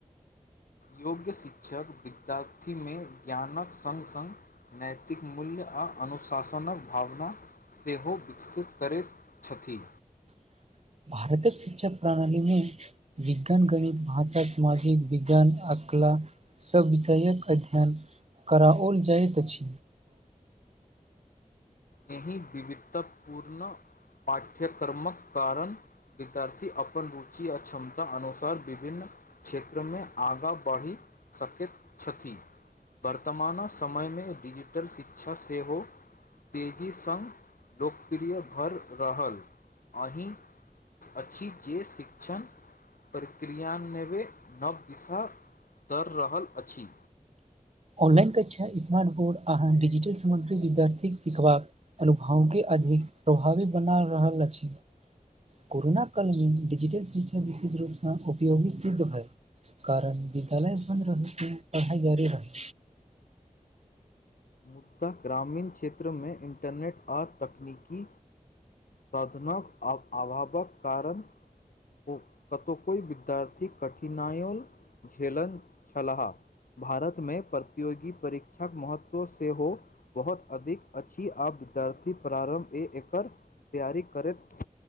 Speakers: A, on the left (about 85°); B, on the right (about 50°).
A: योग्य शिक्षक विद्यार्थी में ज्ञानक सङ्ग सङ्ग नैतिक मूल्य आ अनुशासनक भावना सेहो विकसित करैत छथि
B: <inaudible> भारतक शिक्षा प्रणाली में विज्ञान गणित भाषा सामाजिक विज्ञान आ कला सब विषयक अध्ययन कराओल जाइत अछि
A: एहि विविधतापूर्ण पाठ्यक्रमक कारण विद्यार्थी अपन रुचि आ क्षमता अनुसार विभिन्न क्षेत्रमे आगाँ बढ़ी सकैत छथि वर्तमान समय में डिजिटल शिक्षा सेहो तेजी सङ्ग लोकप्रिय भऽ रहल अहि अछि जे शिक्षण प्रक्रिया नवें नव दिशा दऽ रहल अछि
B: ऑनलाइन कक्षा स्मार्ट बोर्ड अहाँ डिजिटल सामग्री विद्यार्थीक सिखबाक अनुभव के अधिक प्रभावी बना रहल अछि कोरोना काल में डिजिटल शिक्षा विशेष रूपसँ उपयोगी सिद्ध भए कारण विदालय बंद रहै पढ़ाई जारी रहै
A: मुदा ग्रामीण क्षेत्रमे इन्टरनेट आ तकनीकी साधनक अभावक कारण ओ कतहु कोई वि तर्थिक कठिनाइयो झेलल छलहा भारत मे प्रतियोगी परीक्षाक महत्व सेहो बहुत अधिक अच्छी आब विद्यार्थी प्रारम्भ ए एकर तेआरी करैत